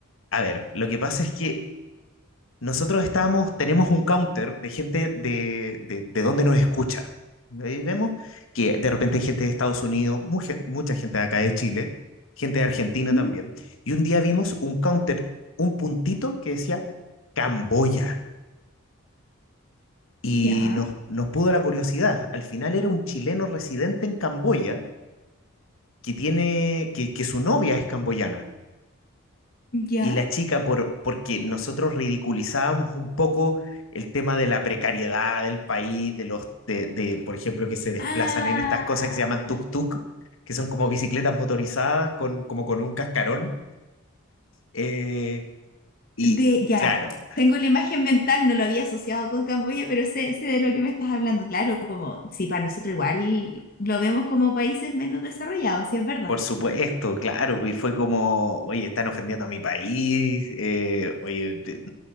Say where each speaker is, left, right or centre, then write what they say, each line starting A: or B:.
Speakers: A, on the left; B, on the left.
A: a ver, lo que pasa es que Nosotros estamos, tenemos un counter de gente de, de, de donde nos escucha. Ahí vemos que de repente hay gente de Estados Unidos, mu- gen- mucha gente de acá de Chile, gente de Argentina
B: Ujú,
A: también. Y un día vimos un counter, un puntito que decía Camboya. Y
B: Ya,
A: nos, nos pudo la curiosidad. Al final era un chileno residente en Camboya que tiene, que, que su novia es camboyana.
B: ya.
A: y la chica por, porque nosotros ridiculizábamos un poco el tema de la precariedad del país, de los, de, de, por ejemplo, que se desplazan
B: Ah,
A: en estas cosas que se llaman tuk-tuk, que son como bicicletas motorizadas con, como con un cascarón. Eh, y
B: de, ya.
A: claro,
B: Tengo la imagen mental, no lo había asociado con Camboya, pero sé, sé de lo que me estás hablando. Claro, como si para nosotros igual lo vemos como países menos desarrollados, si es verdad.
A: por supuesto, claro, y fue como, oye, están ofendiendo a mi país, eh, oye, de,